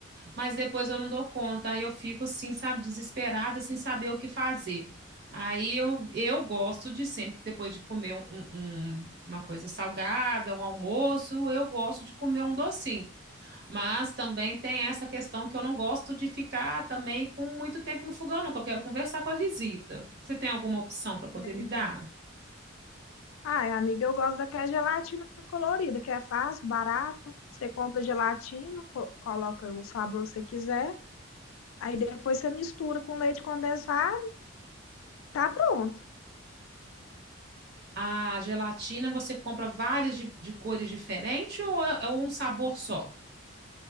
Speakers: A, on the right; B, on the left.
A: mas depois eu não dou conta. Aí eu fico assim, sabe, desesperada, sem saber o que fazer. Aí eu, eu gosto de sempre, depois de comer um, um, uma coisa salgada, um almoço, eu gosto de comer um docinho. Mas também tem essa questão que eu não gosto de ficar também com muito tempo no fogão, não, que eu quero conversar com a visita. Você tem alguma opção para
B: Entendi.
A: poder me dar?
B: Ai, amiga, eu gosto daquela gelatina colorida, que é fácil, barato. Você compra gelatina, co- coloca o sabor que você quiser, aí depois você mistura com leite condensado, tá pronto.
A: A gelatina você compra várias de, de cores diferentes ou é, é um sabor só?